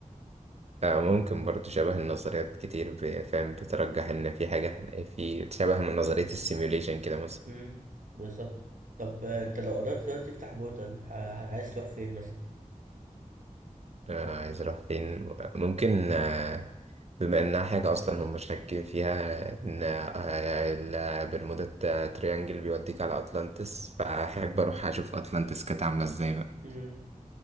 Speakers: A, on the right; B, on the right.
A: آه، ممكن برضه شبه النظريات كتير ب- فاهم بترجح إن في حاجة في شبه من نظرية السيميوليشن كده
B: امم بالظبط طب آه، انت لو قررت دلوقتي تفتح بورتال ح- عايز تروح فين مثلا
A: آه، عايز اروح فين ممكن آه، بما انها حاجة اصلا هم شاكين فيها ان آه، البرمودا تريانجل بيوديك على اطلانتس فاحب اروح اشوف اطلانتس كانت عاملة ازاي بقى
B: امم